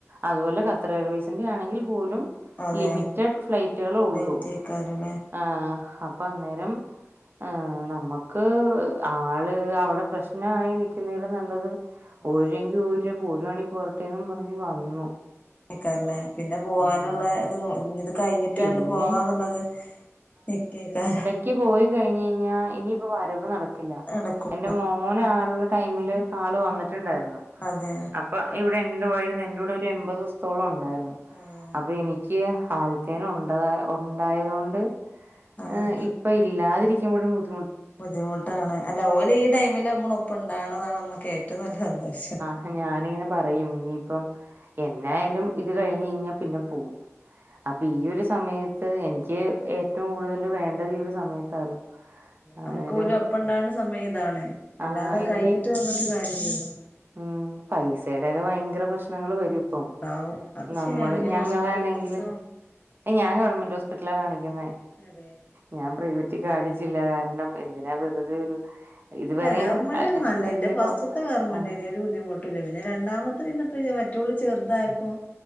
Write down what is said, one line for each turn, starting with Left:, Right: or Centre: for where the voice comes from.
Right: അതുപോലെ ഖത്തർ എയർവേർസിന്റെ ആണെങ്കിൽ പോലും
Left: അതെ
Right: ലിമിറ്റഡ് ഫ്ലൈറ്റുകളെ ഉള്ളു
Left: റേറ്റ് ഏക്കാരല്ലേ
Right: ആഹ് അപ്പൊ അന്നേരം ആഹ് നമ്മക്ക് ആള് അവടെ പ്രശ്നായി നിക്കുന്നതിലും നല്ലത്
Left: അതെ
Right: ഊരെങ്കി ഊര് പോരാണി പോരട്ടെന്നും പറഞ്ഞ് വന്നു.
Left: നിക്കാരല്ലേ പിന്നെ പോവാനുള്ള
Right: ഉം
Left: ഇത് ഇഞ്ഞിത് കഴിഞ്ഞിട്ടാണ്ട്
Right: പിന്നെ
Left: പോവാന്ന്ള്ളത് നിക്കേക്കാരം.
Right: ക്കി പോയി കഴിഞ്ഞയിഞ്ഞാ ഇനിയിപ്പോ വരവ് നടക്കില്ല.
Left: നടക്കും
Right: എന്റെ മോനാള്ള ടൈമില് ആള് വന്നിട്ട്ണ്ടായിരുന്നു.
Left: അതേ
Right: അപ്പൊ ഇവിടെ എന്റെ പോയിരുന്നു എന്റെ കൂടെ ഒരു എമ്പതിസ് ത്തോളം ഒണ്ടായിരുന്നു
Left: അതെ
Right: അപ്പൊ എനിക്ക് ആ പേന ഉണ്ടതാ ഉണ്ടായതുകൊണ്ട്
Left: ആഹ്
Right: ങ് ഇപ്പൊ ഇല്ലാതിരിക്കുമ്പഴും ബുദ്ധി
Left: ബുദ്ധിമുട്ടാണ് അല്ല ഓലീ ടൈമില് നമ്മളൊപ്പണ്ടാവ്ണതാണ് നമ്മക്ക് ഏറ്റവും നല്ല സന്തോഷം
Right: പ്പ ഞാനിങ്ങനെ പറയും ഇനിയിപ്പം എന്നായാലും ഇത് കഴിഞ്ഞ് കയിഞ്ഞാ പിന്നെ പോവും. അപ്പ
Left: അതെ
Right: ഈ ഒരു സമയത്ത് എനിക്ക് ഏറ്റവും കൂടുതൽ വേണ്ടത് ഈ ഒരു സമയത്താണ്. അന്നേരം
Left: നമുക്ക് പോലും ഒപ്പം ഉണ്ടാവുന്ന സമയം ഇതാണ് അല്ലാതെ
Right: ആ എനിക്ക്
Left: കയിഞ്ഞിട്ട് നിന്നിട്ട് കാര്യല്ലല്ലോ
Right: ഉം പൈസേടെകെ ഭയങ്കര പ്രശ്ന നിങ്ങള് വരുപ്പം ഇപ്പം
Left: ഉണ്ടാവും അത്
Right: നമ്മള്
Left: ശരിയാണ് ഇനി
Right: ഞങ്ങളാണെങ്കില്
Left: ഹോസ്പിറ്റൽ കേസും
Right: എ ഞാൻ ഗവൺമെന്റ് ഹോസ്പിറ്റല കാണിക്കുന്നെ
Left: അതെ
Right: ഞാ പ്രൈവ ചിന്ന അടിച്ചില്ല കാരണം എന്തിനാ വെറുതെ ഒരു ഇതുവരെയും
Left: അല്ല ഗവർമെന്റാണ് നല്ലത്
Right: വല്യ
Left: ഇന്റെ ഫസ്റ്റ്ത്തെ
Right: കൊ
Left: ഗവരമെന്റര്ന്ന്.
Right: ആഹ്
Left: വരു ബുദ്ധിമുട്ടുല്ല പിന്നെ രണ്ടാമത്തെ പിന്നെപ്പ മറ്റോള് ചെറുതായപ്പോ